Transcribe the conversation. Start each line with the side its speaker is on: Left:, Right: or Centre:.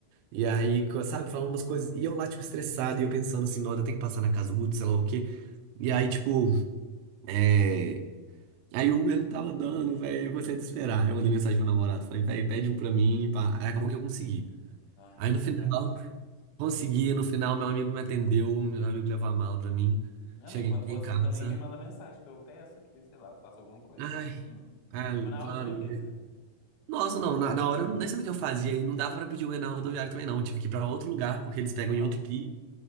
Right: E aí, co- sabe, falando umas coisas. E eu lá, tipo, estressado, e eu pensando assim, não, eu tenho que passar na casa do Guto, sei lá o quê. E aí, tipo, é... aí o Uber não tava dando, velho. Aí eu comecei a desesperar. Aí eu mandei mensagem pro namorado, falei, velho, pede um pra mim, pá. Aí acabou que eu consegui.
Left: Ai,
Right: Aí no final,
Left: graça.
Right: consegui.
Left: Hum.
Right: No final, meu amigo me atendeu, meu amigo levou a mala pra mim.
Left: Não,
Right: Cheguei
Left: mas quando for
Right: em
Left: assim
Right: casa.
Left: também me manda mensagem, que eu peço aqui, sei lá, faço alguma coisa.
Right: Ai,
Left: Hum.
Right: ai,
Left: Hum. Mas na
Right: claro.
Left: hora você nem pensa,
Right: né.
Left: né?
Right: Nossa, não, na, na hora eu nem sabia o que eu fazia. E não dava pra pedir Uber na rodoviária também, não. Tive que ir pra outro lugar, porque eles pegam
Left: Não,
Right: em outro
Left: que...
Right: pi.